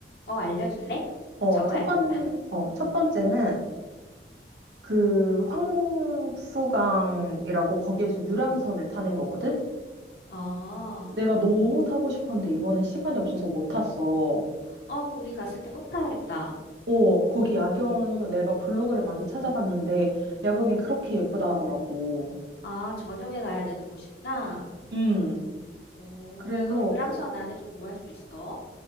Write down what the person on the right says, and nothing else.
어,
첫 번, 어, 첫 번째는 그 황푸강이라고 거기에서 유람선을 타는 거거든.
내가 너무 타고 싶었는데 이번엔 시간이 없어서
못 탔어.
어, 거기 야경 내가 블로그를 많이 찾아봤는데 야경이
그렇게 예쁘다 하더라고.
음.
그래서